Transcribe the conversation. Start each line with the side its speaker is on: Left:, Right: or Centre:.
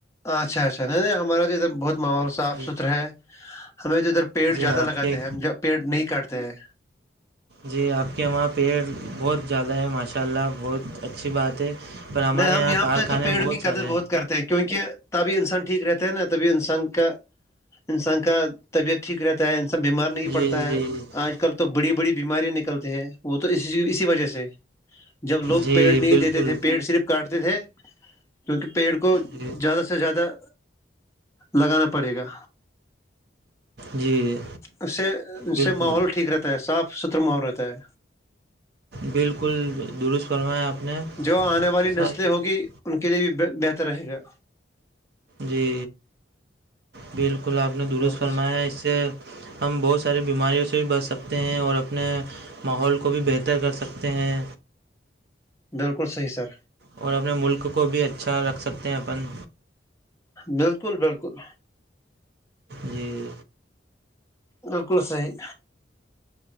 Left: اچھا اچھا نہیں نہیں ہمارا جو ادھر بہت ماحول صاف
Right: جی
Left: ستھرا ہے ہمیں جو ادھر پیڑ
Right: جی
Left: زیادہ
Right: آپ
Left: لگاتے
Right: کے
Left: ہیں ہم پیڑ نہیں کاٹتے ہیں
Right: جی آپ کے وہاں پیڑ بہت زیادہ ہے ماشاء اللہ بہت اچھی بات ہے پر ہمارے
Left: نہیں ہم یہاں
Right: کارخانے
Left: پہ تو پیڑوں کی قدر
Right: سارے
Left: بہت کرتے ہیں کیونکہ تبھی انسان ٹھیک رہتا ہے نا تبھی انسان کا انسان کا طبیعت ٹھیک رہتا ہے بیمار نہیں
Right: جی
Left: پڑتا ہے
Right: جی
Left: آج کل تو بڑی بڑی بیماریاں نکلتی ہیں وہ تو اس اسی وجہ سے جب لوگ
Right: جی
Left: پیڑ نہیں
Right: بالکل
Left: دیتے تھے پیڑ صرف کاٹتے تھے کیونکہ پیڑ کو
Right: جی
Left: زیادہ سے زیادہ لگانا پڑے گا
Right: جی
Left: اس سے اس
Right: بالکل
Left: سے ماحول ٹھیک رہتا ہے صاف ستھرا ماحول رہتا ہے
Right: بالکل درست فرمائیں آپ نے
Left: جو آنے والی نسلیں
Right: صاف ستھرا۔
Left: ہوگی ان کے لیے بھی بہتر رہے گا
Right: جی بالکل آپ نے درست
Left: بالکل
Right: فرمایا ہے اس سے ہم بہت ساریے بیماریوں سے بھی بچ سکتے ہیں اور اپنے ماحول کو بھی بہتر کر سکتے ہیں
Left: بالکل صحیح سر
Right: اور اپنے ملک کو بھی اچھا رکھ سکتے ہیں اپن
Left: بالکل بالکل
Right: جی
Left: بکل صحیح